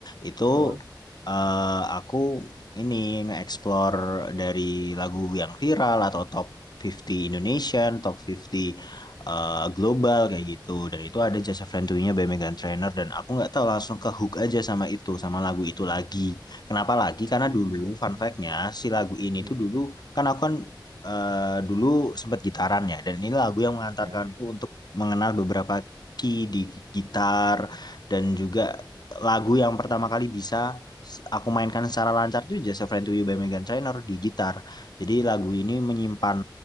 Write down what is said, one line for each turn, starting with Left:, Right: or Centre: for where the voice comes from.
Left: Itu
Right: betul.
Left: eh, aku ini nge-explore dari lagu yang viral atau top 50 Indonesian, top 50 eh, global kayak gitu. Dan itu ada jasa friendly-nya by Megan Trainor dan aku nggak tahu langsung ke hook aja sama itu, sama lagu itu lagi. Kenapa lagi? Karena
Right: Lagi
Left: dulu fun
Right: karena
Left: fact-nya si lagu ini
Right: iya
Left: tuh dulu kan aku kan eh, dulu sempat gitaran ya dan ini lagu yang mengantarkanku
Right: iya
Left: untuk mengenal beberapa key di gitar dan juga lagu yang pertama kali bisa s- aku mainkan secara lancar tuh Just a Friend to You by Megan Trainor di gitar. Jadi lagu ini menyimpan